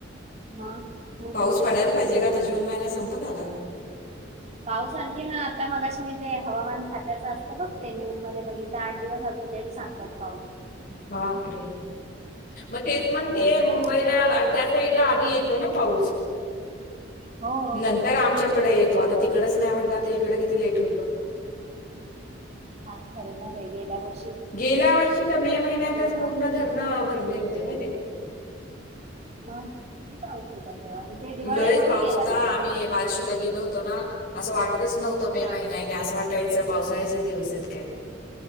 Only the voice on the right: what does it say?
मग खूप
भयानक
गरमी
वाढल्या.
पाऊस आणखीन न आता मगाशी मी ते हवामान खात्याचं असतं बघ ते न्यूज मध्ये बघितलं आठ दिवस आजू न लेट सांगत.
म्हणजे
काय
हो
घा काय खर नाही बाई, गेल्यावर
ना
मग किती पाऊस होता तेव्हा आणि ते दिवाळी
करून
गेला
बिचारा.
हा